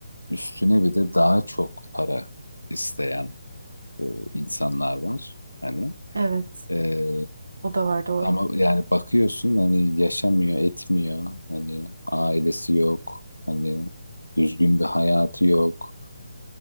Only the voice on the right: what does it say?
Evet,
o da var doğru.